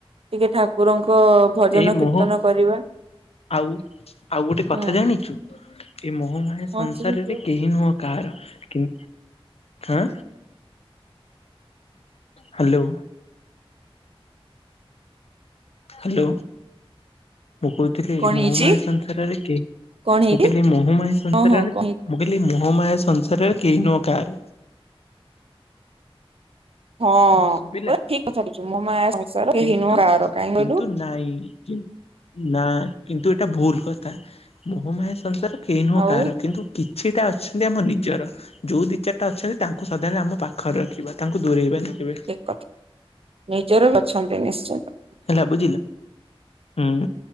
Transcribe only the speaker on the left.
ଏଇ ମୋହ
ଆଉ ଆଉ ଗୋଟେ କଥା
ଜାଣିଛୁ ଏମୋହ ମା ୟା ସଂସାରରେ
କେହି ନୁହେଁ କାହାର କି ଆଁ ହାଲୋ। ହାଲୋ ମୁଁ କହୁଥିଲି
ମୋହମାୟା
ସଂସାରରେ କେ
ମୁଁ କହିଲି ମୋହମାୟା ସଂସାରରେ
ମୁଁ
କହିଲି ମୋହମାୟା ସଂସାରରେ କେହି ନୁହଁ କାହାର।
ଶୁଭିଲା
କିନ୍ତୁ
କିନ୍ତୁ
ନାଇଁ କି ନା କିନ୍ତୁ ଏଇଟା ଭୁଲ କଥା ମୋହମାୟ ସଂସାର କେହି ନୁହଁ
କାହାର କିନ୍ତୁ କିଛିଟା ଅଛନ୍ତି ଆମ ନିଜର ଯୋଉ ଦିଇ ଚାରିଟା ଅଛନ୍ତି ତାଙ୍କୁ ସଧାବେଳେ ଆମ ପାଖରେ ରଖିବା ତାଙ୍କୁ ଦୂରେଇବାନି କେବେ।
ହେଲା ବୁଝିଲ ହୁଁ